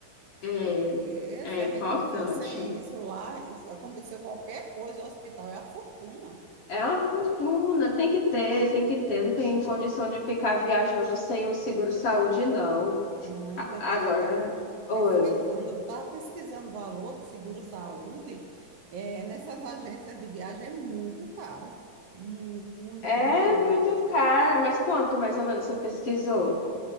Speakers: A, on the left; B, on the right.
A: É,
B: Porque
A: é
B: se
A: importante.
B: a gente for sem isso lá, isso- aconteceu qualquer coisa, o hospital é a fortuna.
A: É uma fortuna, tem que ter, tem que ter. Não tem condição de ficar viajando sem o seguro-saúde, não.
B: Não, eu
A: Agora,
B: estava até pesquisando,
A: oi.
B: eu estava pesquisando o valor do seguro-saúde, é, nessas agências de viagem é muito cara. Mu- Muito,
A: É
B: muito, muito.
A: muito cara, mas quanto mais ou menos você pesquisou?